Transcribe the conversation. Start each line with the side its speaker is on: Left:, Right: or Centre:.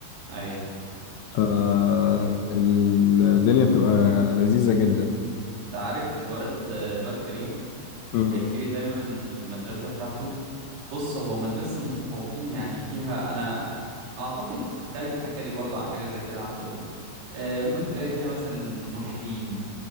Right: ايوه
Left: فالدنيا بتبقى لذيذة جدا
Right: انت عارف الواد الواد كريم
Left: مم.
Right: كان بيحكي لي دايما في المدرسة بتاعته بص هو مدرسة المتفوقين يعني فيها أنا أعتقد خالد حكى لي برضه عن حاجة زي كده عندكم آه، ممكن تلاقي فيها مثلا ملحدين